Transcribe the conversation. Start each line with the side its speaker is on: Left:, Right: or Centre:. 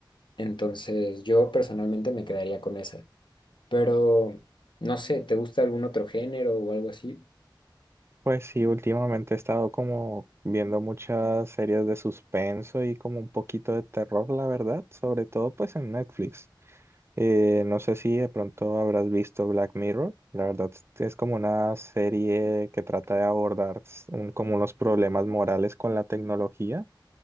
Left: Entonces yo personalmente me quedaría con esa. Pero no sé, ¿te gusta algún otro género o algo así?
Right: Pues sí, últimamente he estado como viendo muchas series de suspenso y como un poquito de terror, la verdad. Sobre todo pues en Netflix. Eh, no sé si de pronto habrás visto Black Mirror. La verdad es es como una serie que trata de abordar s- un- como unos problemas morales con la tecnología.